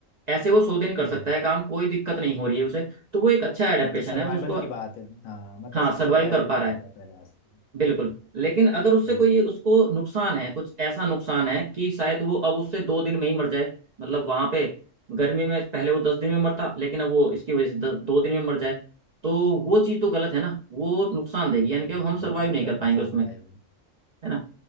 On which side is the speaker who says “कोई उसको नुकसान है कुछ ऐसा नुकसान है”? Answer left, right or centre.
Right